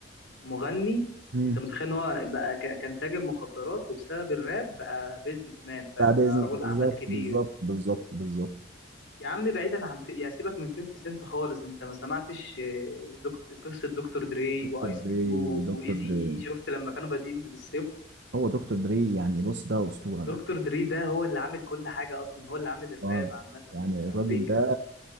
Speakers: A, on the left; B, on the right.
A: مغني
B: مم.
A: انت متخيل ان هو بقى ك- كان تاجر مخدرات وبسبب الراب بقى بيزنس مان فاهم
B: بتاع بيزنس
A: بقى رجل
B: بالظبط
A: اعمال كبير
B: بالظبط بالظبط بالظبط
A: يا عم بعيدا عن في... يا سيبك من 50 سنت خالص انت ما سمعتش آه، دكتور قصة دكتور دري
B: دكتور
A: وايس كيوب
B: دري دكتور
A: وايزي
B: دري
A: اي شفت لما كانوا بادئين من الصفر
B: هو دكتور دري يعني بص ده أسطورة ده
A: دكتور دري ده هو اللي عامل كل حاجة اصلا هو اللي عامل الراب
B: اه
A: عامة
B: يعني
A: في
B: الراجل
A: امريكا
B: ده